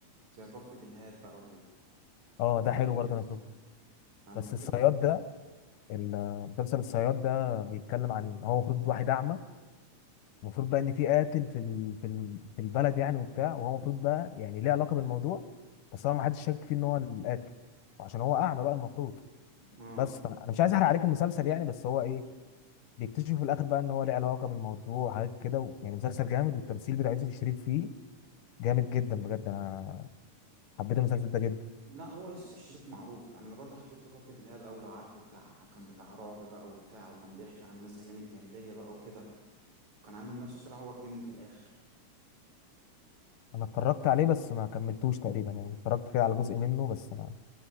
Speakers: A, on the right; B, on the left.
A: زي كفر دلهاب بقى وكده
B: اه
A: أنا بحب
B: ده حلو
A: مسلسلاته
B: برضه انا شفته
A: يعني
B: بس
A: كفر
B: الصياد
A: د-
B: ده ال- مسلسل الصياد ده بيتكلم عن هو المفروض واحد اعمى المفروض بقى ان في قاتل في ال... في ال... في البلد يعني وبتاع وهو المفروض بقى يعني ليه علاقه بالموضوع بس هو ما حدش شاك فيه ان هو القاتل وعشان هو اعمى بقى المفروض
A: اه
B: بس فانا أنا مش عايز احرق عليك المسلسل يعني بس هو ايه بيكتشفوا في الاخر بقى ان هو ليه علاقه بالموضوع وحاجات كده و... يعني مسلسل
A: <clears throat>
B: جامد والتمثيل بتاع يوسف الشريف فيه جامد جدا بجد انا حبيت المسلسل ده جدا
A: لا هو يوسف الشريف معروف يعني انا برضه حبيت له كفر دلهاب أوي لو عارفه بتاع كان بتاع رعب بقى وبتاع وكان بيحكي عن الناس ايام الجاهليه بقى وكده وكان عامل نفسه طلع هو الجن في الاخر
B: انا اتفرجت عليه بس ما كملتوش تقريبا يعني اتفرجت كده على جزء منه بس ما